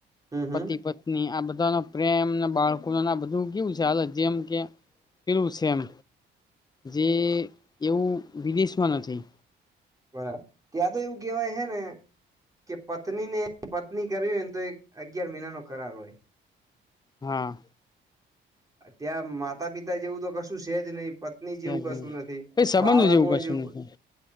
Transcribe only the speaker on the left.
પતિ, પત્ની આ બધ બધાનો પ્રેમને બાળકો બધું કેવું છે જેમ કે પીલું છે એમ. જે એવું વિદેશમાં નથી.
હા.
છે
જ નહી
કઈ સંબંધો
કશું
નથી